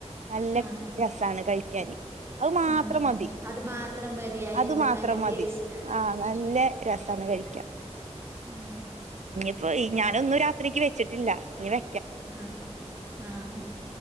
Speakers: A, on the right; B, on the right.
A: നല്ല
B: ആഹ്
A: രസാണ് കഴിക്കാന് അത് മാത്രം
B: ആഹ്
A: മതി
B: ഉം അത് മാത്രം മതിയായി
A: അത് മാത്രം
B: നല്ല
A: മതി
B: ടേസ്റ്റ് ആണ്
A: ആ നല്ല രസാണ് കഴിക്കാൻ
B: ഉം
A: അപ്പൊ ഈ ഞാനൊന്നും രാത്രിക്ക് വെച്ചിട്ടില്ല ഞ്ഞി വെ
B: ആ ആ ആ